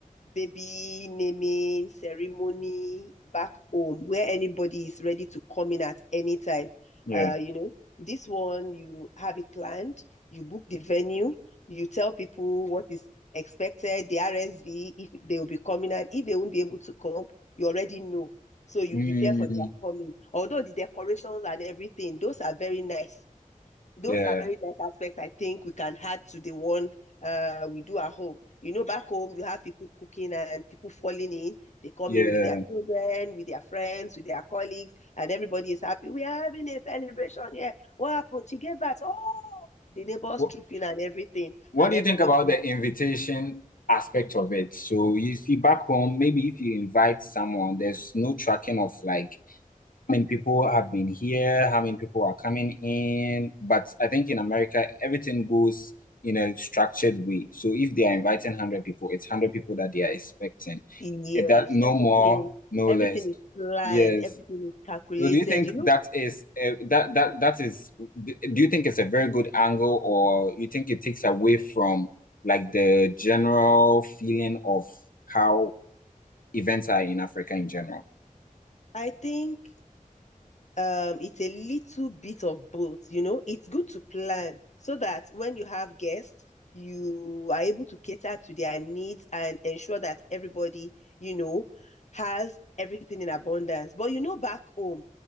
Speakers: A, on the left; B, on the left.
A: baby naming ceremony back home where anybody is ready to come in at any time.
B: yeah.
A: Uh, you know, this one you have it planned, you book the venue, you tell people what is expected, the RSV, if they will be coming, and if they won't be able to come, you already know. So you
B: Mm,
A: prepare for their coming. Although the decorations and everything, those are very nice. Those
B: yeah.
A: are very nice aspects I think we can add to the one uh, we do at home. You know, back home, you have people cooking and people falling in. They come
B: Yeah.
A: in with their children, with their friends, with their colleagues, and everybody is happy. We are having a celebration here. What happened? She gave birth. Oh, the neighbors
B: What,
A: trooping and everything.
B: what
A: And
B: do
A: everybody,
B: you think about the invitation aspect of it? So you see back home, maybe if you invite someone, there's no tracking of like many people have been here, how many people are coming in. But I think in America, everything goes in a structured way. So if they are inviting 100 people, it's 100 people that they are expecting.
A: yes,
B: It, that no
A: everything,
B: more, no
A: everything
B: less.
A: is planned,
B: Yes.
A: everything is calculated.
B: So do you think
A: You know,
B: that is uh, that that that is do you think it's a very good angle or you think it takes away from like the general feeling of how events are in Africa in general?
A: I think Um, it's a little bit of both, you know. It's good to plan so that when you have guests, you are able to cater to their needs and ensure that everybody, you know, has everything in abundance. But you know, back home,